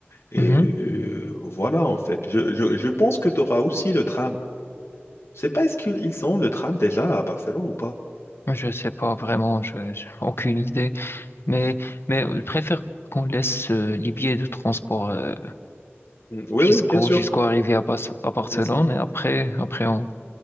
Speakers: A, on the left (about 75°); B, on the left (about 60°).
A: Et
B: mhm.
A: euh, voilà, en fait. Je, je- je pense que tu auras aussi le tram. Je sais pas, est-ce qu'ils ont le tram déjà à Barcelone ou pas?
B: Je sais pas vraiment, je j'ai aucune idée. Mais mais euh, je préfère qu'on laisse euh, les billets de transport euh,
A: Mm, Oui,
B: jusqu'au
A: oui, bien sûr,
B: jusqu'au arrivée à, Bas- à Barcelone
A: bien sûr.
B: et après après on